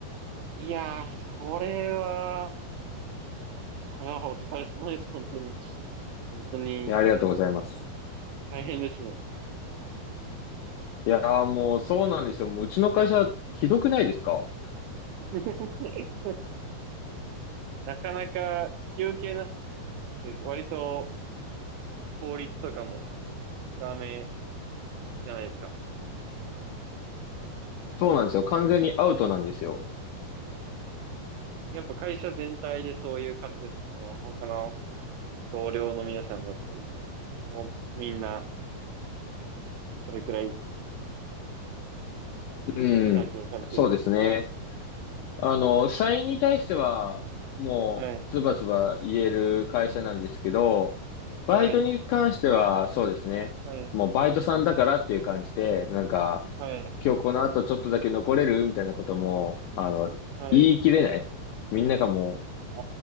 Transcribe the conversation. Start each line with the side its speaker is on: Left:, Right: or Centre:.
Right: いやー、それは、それはお疲れ様です、本当に。本当に、
Left: いや、ありがとうございます。
Right: 大変ですね。
Left: いやー、もうそうなんですよ。もううちの会社、ひどくないですか
Right: <laughs> <laughs> なかなか休憩なしって、割と法律とかもダメじゃないですか。
Left: そうなんですよ。完全にアウトなんですよ。
Right: やっぱ会社全体でそういう感じですかその他の同僚の皆さんだったり、もうみんなそれくらい
Left: うん。
Right: 残業されてるって。
Left: そうですね。あの、社員に対しては、もう、
Right: はい、
Left: ズバズバ言える会社なんですけど、バイトに関しては、
Right: はい、
Left: そうですね。
Right: はい、
Left: もう、バイトさんだからっていう感じで、なんか、
Right: はい、
Left: 今日この後ちょっとだけ残れるみたいなことも、あの、
Right: はい。
Left: 言い切れない。みんながも
Right: あ